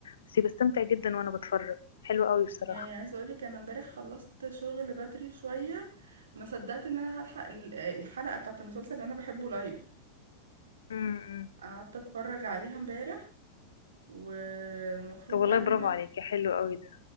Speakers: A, on the left; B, on the right.
A: بس بستمتع جدا وانا بتفرج حلو قوي بصراحه
B: يعني عايزة اقولك انا امبارح خلصت شغل بدري شوية ما صدقت ان انا هلحق ال- الحلقة بتاعت المسلسل اللي انا بحبه لايف
A: امم
B: قعدت اتفرج عليها امبارح والمفروض
A: طب والله
B: بقى ان
A: برافو
B: انا
A: عليكي حلو قوي ده